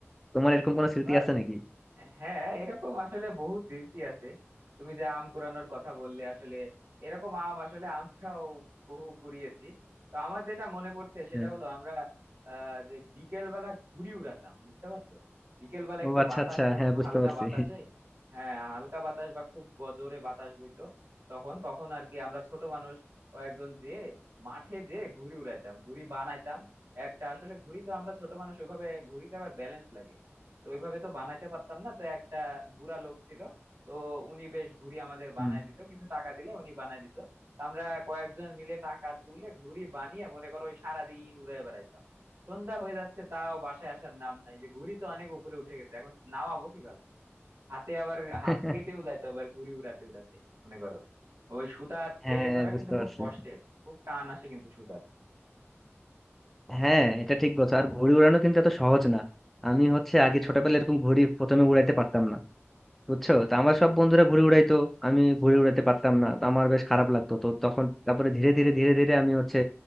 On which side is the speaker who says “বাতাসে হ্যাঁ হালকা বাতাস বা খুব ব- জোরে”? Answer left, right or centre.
Right